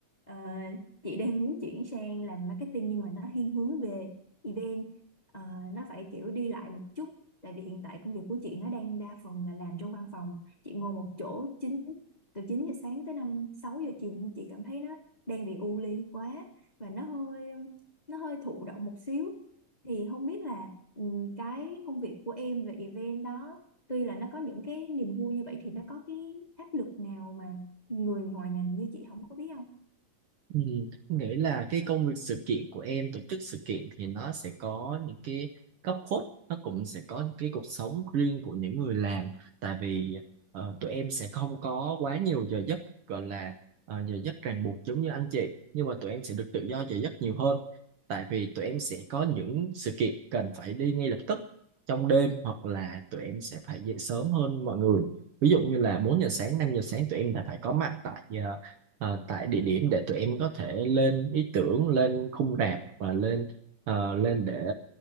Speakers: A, on the left; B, on the right.
A: Ờ, chị đang muốn chuyển sang làm marketing nhưng mà nó thiên hướng về event Ờ, nó phải kiểu đi lại một chút tại vì hiện tại công việc của chị nó đang đa phần là làm trong văn phòng chị ngồi một chỗ chín từ 9 giờ sáng tới 5 6 giờ chiều nhưng chị cảm thấy nó đang bị u ly quá và nó hơi nó hơi thụ động một xíu thì không biết là ừm, cái công việc của em về event đó tuy là nó có những cái niềm vui như vậy thì nó có cái áp lực nào mà người ngoài ngành như chị không có biết không?
B: Ừ, em nghĩ là cái công việc sự kiện của em tổ chức sự kiện thì nó sẽ có những cái góc khuất nó cũng sẽ có những cái cuộc sống riêng của những người làm tại vì ờ, tụi em sẽ không có quá nhiều giờ giấc gọi là ờ, giờ giấc ràng buộc giống như anh chị nhưng mà tụi em sẽ được tự do giờ giấc nhiều hơn tại vì tụi em sẽ có những sự kiện cần phải đi ngay lập tức trong đêm hoặc là tụi em sẽ phải dậy sớm hơn mọi người ví dụ như là 4 giờ sáng 5 giờ sáng tụi em đã phải có mặt tại ờ, ờ, tại địa điểm để tụi em có thể lên ý tưởng lên khung rạp và lên ờ, lên để